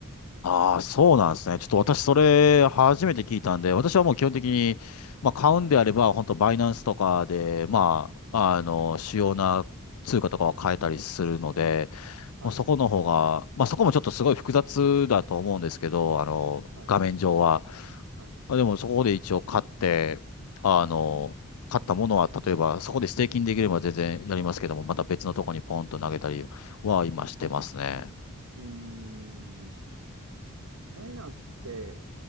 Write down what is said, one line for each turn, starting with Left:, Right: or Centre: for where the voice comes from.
Left: ああ、そうなんですね。ちょっと私、それ、初めて聞いたんで、私はもう基本的に、まあ、買うんであれば、
Right: はい、
Left: 本当バイナンスとかで、まあ、あの、主要な通貨とかを変えたりするので、
Right: はい、
Left: もうそこの方が、まあ、そこもちょっとすごい複雑だと思うんですけど、あの、
Right: はい、
Left: 画面上は。
Right: はい。
Left: まあでも、そこで一応買って、あの、買ったものは、例えば、そこでステーキングできれば全然やりますけども、また別のとこにポンと投げたりは今してますね。
Right: うーん。バイナンスって、